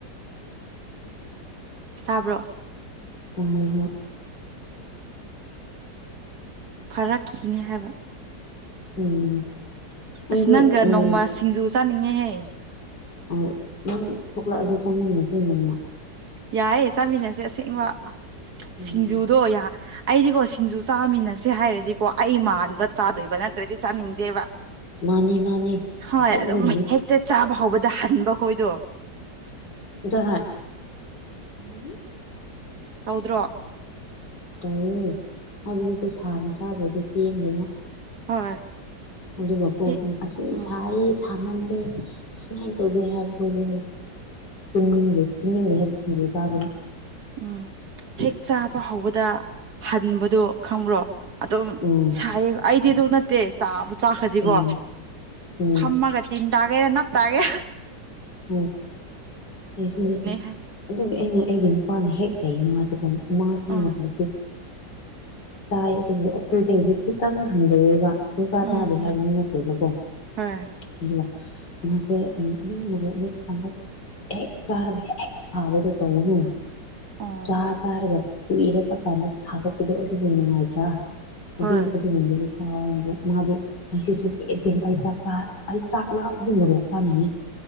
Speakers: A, on the right; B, on the left.
A: ꯇꯥꯕ꯭ꯔꯣ
B: ꯇꯥꯏꯌꯦ ꯍꯣꯏ
A: ꯐꯔꯛꯈꯤꯅꯤ ꯍꯥꯏꯕ
B: ꯎꯝ ꯅꯪꯗꯤ
A: ꯑꯁ ꯅꯪꯒ
B: ꯎꯝ
A: ꯅꯣꯡꯃ ꯁꯤꯡꯖꯨ ꯆꯥꯅꯤꯡꯉꯦꯍꯦ
B: ꯍꯣꯏ ꯅꯪ ꯊꯣꯛꯂꯛꯑꯗꯤ ꯆꯥꯃꯤꯟꯅꯁꯦ ꯅꯣꯡꯃ
A: ꯌꯥꯏꯌꯦ ꯆꯥꯃꯤꯟꯅꯁꯦ ꯑꯁꯦꯡꯕ
B: ꯎꯝ
A: ꯁꯤꯡꯖꯨꯗꯣ ꯌꯥ ꯑꯩꯗꯤꯀꯣ ꯁꯤꯡꯖꯨ ꯆꯥꯃꯤꯟꯅꯁꯦ ꯍꯥꯏꯔꯗꯤꯀꯣ ꯑꯩ ꯃꯥꯟꯕ ꯆꯥꯗꯣꯏꯕ
B: ꯎꯝ
A: ꯅꯠꯇ꯭ꯔꯗꯤ ꯆꯥꯅꯤꯡꯗꯦꯕ
B: ꯃꯥꯅꯦ ꯃꯥꯅꯦ
A: ꯍꯣꯏ
B: ꯑꯁꯦꯡꯕꯒꯤꯅꯦ
A: ꯑꯗꯨꯝ ꯍꯦꯛꯇ ꯆꯥꯕ ꯍꯧꯕꯗ ꯍꯟꯕ ꯈꯣꯏꯗꯣ
B: ꯖꯔꯣꯏ ꯎꯝ
A: ꯇꯧꯗ꯭ꯔꯣ
B: ꯇꯧꯋꯦ ꯍꯥꯏꯕꯗꯤꯀꯣ ꯁꯥꯅ ꯆꯥꯗ꯭ꯔꯗꯤ ꯄꯦꯟꯗꯦꯅ
A: ꯍꯣꯏ
B: ꯑꯗꯨꯒꯀꯣ
A: ꯍꯦꯛ
B: ꯑꯁꯤ
A: ꯎꯝ
B: ꯁꯥꯏꯌꯦ ꯁꯥꯃꯜꯂꯦ ꯑꯁꯨꯃꯥꯏꯅ ꯇꯧꯒꯦ ꯍꯥꯏꯕꯁꯨ ꯑꯩ ꯄꯨꯅꯤꯡꯗꯦ ꯄꯨꯅꯤꯡꯗꯦ ꯍꯥꯏꯕꯁꯤ ꯁꯤꯡꯖꯨꯆꯥꯕꯒꯤ
A: ꯎꯝ ꯍꯦꯛ ꯆꯥꯕ ꯍꯧꯕꯗ ꯍꯟꯕꯗꯣ ꯈꯪꯕ꯭ꯔꯣ ꯑꯗꯨꯝ
B: ꯎꯝ
A: ꯁꯥꯏꯌꯦ ꯑꯩꯗꯤ ꯑꯗꯨ ꯇꯦ ꯆꯥꯕꯨ ꯆꯥꯈ꯭ꯔꯗꯤꯀꯣ
B: ꯎꯝ ꯎꯝ
A: ꯐꯝꯃꯒ ꯇꯤꯟ ꯇ ꯑꯩꯅ ꯅꯞ ꯇꯥꯏꯌꯦ
B: ꯑꯣ ꯑꯩꯁꯨꯅꯦ
A: ꯍꯥꯏ
B: ꯑꯗꯨꯒꯤ ꯑꯩꯅ ꯑꯩꯒꯅꯨ ꯅꯨꯄꯥꯅ ꯍꯦꯛ ꯆꯩ ꯃꯥꯁꯨ ꯃꯥꯁꯨ
A: ꯑꯥ
B: ꯃ ꯎꯝ ꯆꯥꯏ ꯑꯗꯨꯕꯨ ꯑꯩꯈꯣꯏꯗꯩꯗꯤ ꯈꯤꯇꯪ ꯍꯟꯊꯩꯑꯦꯕ ꯁꯨꯡꯁꯥ
A: ꯎꯝ
B: ꯆꯥꯗꯦ ꯍꯥꯏꯕꯗꯨ
A: ꯎꯝ
B: ꯅꯠꯇꯦꯕꯀꯣ
A: ꯍꯣꯏ
B: ꯑꯗꯨꯒ ꯃꯥꯁꯦ ꯅꯪ ꯒꯨꯝꯕ ꯃꯦꯠꯄ ꯀꯥꯟꯗ ꯍꯦꯛ ꯆꯥꯔꯒ ꯍꯦꯛ ꯁꯥꯕꯗꯣ ꯇꯧꯒꯅꯨ
A: ꯑꯣ
B: ꯆꯥ ꯆꯥꯔꯒ ꯀꯨꯏꯔꯛꯑꯀꯥꯟꯗ ꯁꯥꯒꯠꯄꯗꯣ ꯑꯗꯨꯅ ꯅꯨꯡꯉꯥꯏꯇ꯭ꯔꯥ ꯑꯗꯨ
A: ꯍꯣꯏ
B: ꯑꯗꯨꯝ ꯑꯣꯏꯔꯁꯨ ꯆꯏꯕ ꯃꯥꯗꯤ ꯑꯩꯁꯤ ꯁꯨꯡꯄꯦꯟ ꯄꯦꯟ ꯑꯩ ꯆꯥꯛ ꯆ ꯑꯩ ꯆꯥꯛꯂꯥꯝꯃꯗꯤ ꯃꯣꯔꯣꯛ ꯆꯥꯅꯤꯡꯉꯦ